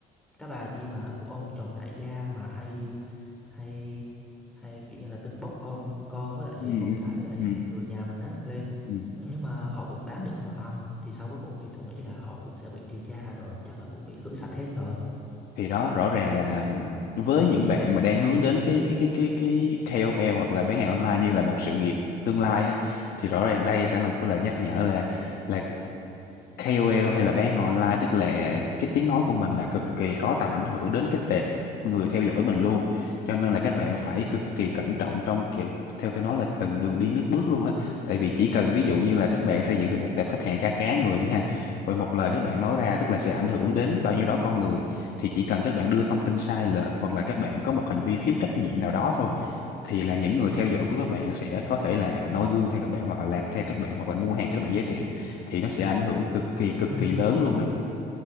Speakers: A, in the centre; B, on the left.
A: cái bà chi mà của ông chồng đại gia mà hay hay hay kiểu như là tưng bốc con con với lại
B: Ừ. Ừ.
A: con cái với lại
B: Ừ.
A: người nhà mình á lên
B: Ừ.
A: nhưng mà họ vẫn bán được mà âm thì sau cái vụ này tôi nghĩ là họ cũng sẽ bị điều tra rồi chắc là cũng bị khử sạch hết rồi
B: thì đó rõ ràng là với những bạn mà đang hướng đến cái cái cái cái cái KOL hoặc là bán hàng online như là một sự nghiệp tương lai á thì rõ ràng đây sẽ là một cái lời nhắc nhở là là KOL hay là bán hàng online tức là cái tiếng nói của mình là cực kỳ có tầm ảnh hưởng đến cái tệp người theo dõi mình luôn cho nên là các bạn phải cực kỳ cẩn trọng trong kiểu theo tôi nói là từng đường đi nước bước luôn á tại vì chỉ cần ví dụ như là các bạn xây dựng được một tệp khách hàng khá khá người đi ha rồi một lời các bạn nói ra tức là sẽ ảnh hưởng đến bao nhiêu đó con người thì chỉ cần các bạn đưa thông tin sai lệch hoặc là các bạn có một hành vi thiếu trách nhiệm nào đó thôi thì là những người theo dõi của các bạn sẽ có thể là noi gương theo các bạn hoặc là làm theo các bạn hoặc là mua hàng các bạn giới thiệu thì nó sẽ ảnh hưởng cực kỳ cực
A: ừ
B: kỳ lớn luôn đấy